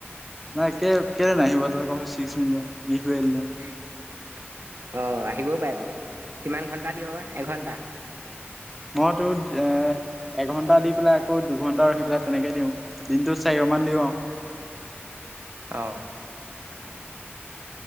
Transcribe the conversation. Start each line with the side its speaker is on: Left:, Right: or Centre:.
Centre: নাই কে কেনে নাহিব তই ক চিক্স মিলিয়ন গিফৱেদিলে।
Right: অ, আহিবও পাৰে বাৰু কিমান ঘন্টা দ বা এঘন্টা
Centre: মইতো এ এঘণ্টা দি পেলাই আকৌ দুঘণ্টা ৰখি পেলাই তেনেকে দিওঁ দিনটোত চাৰিশ মান দিওঁ আৰু।
Right: অ'।